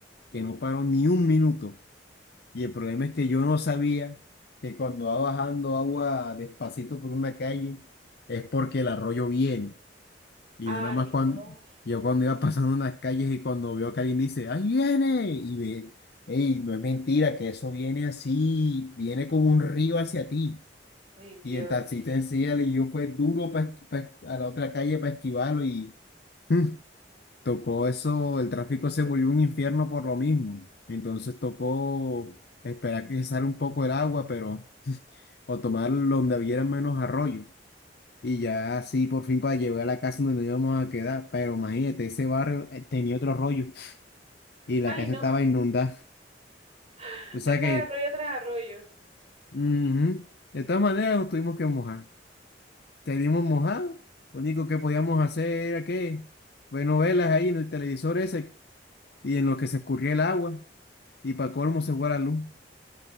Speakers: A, on the left; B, on the right.
A: que no paró ni un minuto. Y el problema es que yo no sabía que cuando va bajando agua despacito por una calle, es porque el arroyo viene. Y
B: Ay,
A: yo nada más cuando,
B: no.
A: yo cuando iba pasando unas calles y cuando veo que alguien dice, ¡ahí viene! Y ve, ¡ey! No es mentira que eso viene así, viene como un río hacia ti.
B: Ay, Dios.
A: Y el taxista encima le dio fue duro pa esqui- pa- a la otra calle para esquivarlo y mm, tocó eso, el tráfico se volvió un infierno por lo mismo. Entonces tocó esperar que cesara un poco el agua, pero o tomar donde hubiera menos arroyos. Y ya así por fin para llegar a la casa donde nos íbamos a quedar. Pero imagínate, ese barrio eh, tenía otro rollo y
B: Ay,
A: la casa
B: no.
A: estaba inundada.
B: <laughs>
A: O sea
B: ese
A: que,
B: arroyo tras arroyo.
A: ujú, De todas maneras nos tuvimos que mojar. Queríamos mojar, lo único que podíamos hacer era que ver novelas ahí en el televisor ese y en lo que se escurría el agua y para colmo se fue la luz.